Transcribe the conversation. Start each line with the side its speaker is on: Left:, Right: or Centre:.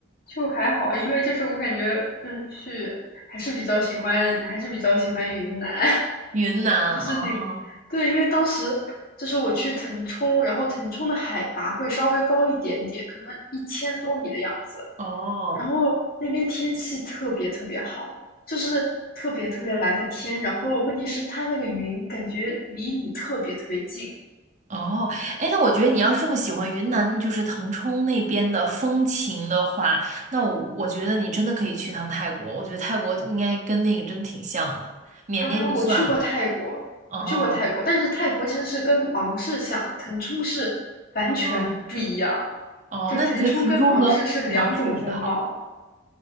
Left: 就还好，因为就是我感觉就是去还是比较喜欢，还是比较喜欢云南。
Right: 云南，
Left: 就是那个，
Right: 哦
Left: 对，因为当时就是我去腾冲，然后腾冲的海拔会稍微高一点点，可能一千多米的样子。
Right: 哦
Left: 然后那边天气特别特别好，就是特别特别蓝的天。然后问题是它那个云感觉离你特别特别近
Right: 哦，哎，那我觉得你要是这么喜欢云南，就是腾冲那边的风情的话，那我我觉得你真的可以去趟泰国。我觉得泰国应该跟那个真挺像的，缅甸就算了。
Left: 啊！我去过泰国，
Right: 哦
Left: 我去过泰国，但是泰国其实是跟芒市像，腾冲是完全不一样，
Right: 哦哦，
Left: 就是腾冲跟芒市是两种风貌，
Right: 那你觉得腾冲和芒市哪个好？